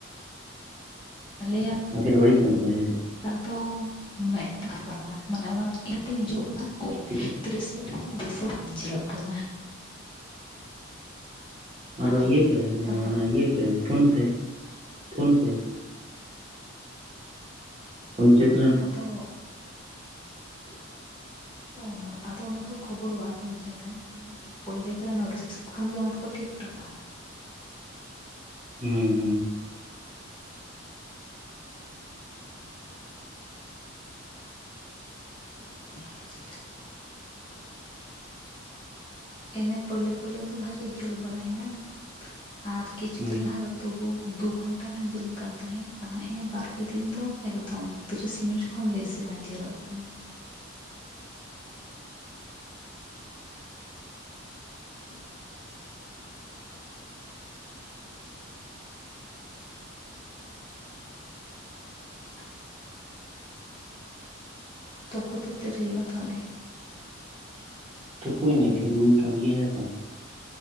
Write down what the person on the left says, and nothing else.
ᱟᱞᱮᱭᱟᱜᱼᱼ
ᱟᱫᱚ ᱢᱮᱜᱴᱟᱝ ᱠᱟᱱᱟ ᱢᱟᱱᱮ ᱚᱱᱟ ᱤᱭᱟᱹᱛᱮ ᱦᱤᱡᱩᱜ ᱠᱟᱱᱟ ᱳᱭᱼᱼ
ᱛᱨᱤᱥ ᱢᱤᱱᱤᱴ ᱠᱷᱚᱱ ᱵᱮᱥᱤ ᱵᱟᱝ ᱪᱚᱞᱚᱜ ᱠᱟᱱᱟ᱾
ᱟᱨ
ᱟᱨ
ᱵᱟᱠᱤ
ᱟᱫᱚ ᱠᱩᱥᱤ ᱛᱮ ᱾ ᱚᱸᱻ ᱟᱫᱚ ᱚᱱᱟ ᱫᱚ ᱠᱷᱳᱵᱳᱨ ᱵᱟᱝ ᱦᱩᱭ ᱠᱟᱱᱟ᱾ ᱯᱚᱧᱪᱟᱹᱭᱮᱛ ᱨᱮᱱ ᱱᱚᱰᱤᱥ ᱠᱷᱚᱱ ᱜᱮ ᱚᱱᱟ ᱫᱚᱠᱚ ᱴᱷᱤᱠ ᱴᱚ ᱠᱟᱜ-ᱟ᱾
<inaudible> ᱮᱱᱮ ᱯᱳᱭᱞᱳ ᱯᱳᱭᱞᱳ ᱫᱚ ᱵᱷᱟᱜᱤ ᱡᱩᱞ ᱵᱟᱲᱟᱭ ᱱᱟ᱾ ᱟᱨ ᱠᱤᱪᱷᱩ
ᱫᱤᱱ ᱞᱟᱦᱟ ᱫᱚ ᱛᱩᱜᱩ ᱫᱩ ᱜᱷᱚᱱᱴᱟ ᱜᱟᱱ ᱡᱩᱞᱩᱜ ᱠᱟᱱ ᱛᱟᱦᱮᱸᱱ ᱟᱨ ᱦᱮᱸᱜᱼᱮ ᱵᱟᱨᱼᱼ ᱯᱮ ᱫᱤᱱ ᱫᱚ ᱮᱠᱫᱚᱢ ᱛᱤᱨᱤᱥ ᱢᱤᱱᱤᱴ ᱠᱷᱚᱱ ᱵᱮᱥᱤ ᱵᱟᱝ ᱡᱟᱹᱞᱚᱜ ᱠᱟᱱᱟ᱾ ᱦᱩᱸ᱾ <inaudible> <inaudible> ᱛᱚᱯᱩ ᱫᱚ ᱛᱤᱨᱮ ᱦᱩᱭᱩᱜᱼᱟ ᱛᱟᱦᱚᱞᱮ?